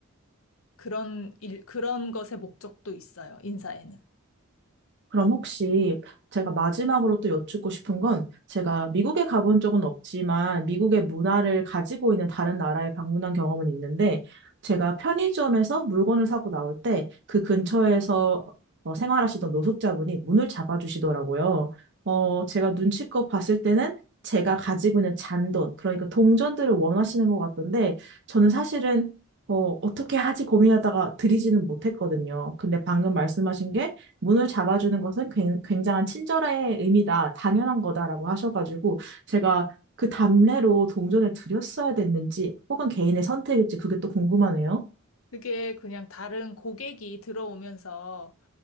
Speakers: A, on the left; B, on the right.
A: 그런 일 그런 것의 목적도 있어요. 인사에는.
B: 그럼 혹시 제가 마지막으로 또 여쭙고 싶은 건 제가 미국에 가본 적은 없지만 미국의 문화를 가지고 있는 다른 나라에 방문한 경험은 있는데 제가 편의점에서 물건을 사고 나올 때 그 근처에서 어, 생활하시던 노숙자분이 문을 잡아주시더라고요. 어, 제가 눈치껏 봤을 때는 제가 가지고 있는 잔돈, 그러니까 동전들을 원하시는 것 같던데 저는 사실은 어, 어떻게 하지 고민하다가 드리지는 못했거든요. 근데 방금
A: 네.
B: 말씀하신 게 문을 잡아주는 것은 굉- 굉장한 친절의 의미다, 당연한 거다라고 하셔가지고 제가 그 답례로 동전을 드렸어야 됐는지 혹은 개인의 선택일지 그게 또 궁금하네요.
A: 그게 그냥 다른 고객이 들어오면서